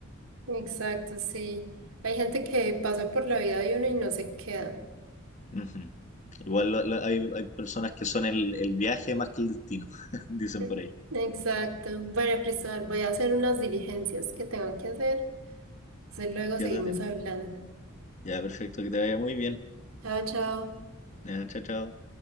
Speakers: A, on the right; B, on the left.
A: Exacto, sí. Hay gente que pasa por la vida de uno y no se queda.
B: Ujú. Igual la- la- hay, hay personas que son el, el viaje más que el destino, <laughs> dicen
A: E-
B: por ahí.
A: Exacto. Bueno, Cristóbal, voy a hacer unas diligencias que tengo que hacer. Entonces luego
B: Ya
A: seguimos
B: te tienes.
A: hablando.
B: Ya, perfecto, que te vaya muy bien.
A: Chao, chao.
B: Ya, chao, chao.